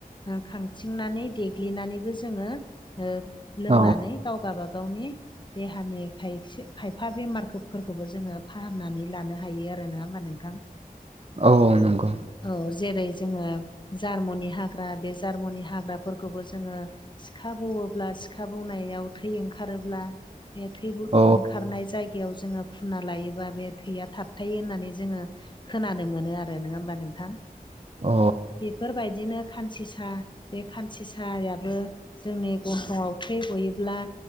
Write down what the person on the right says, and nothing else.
औ
औ नंगौ।
औ
औ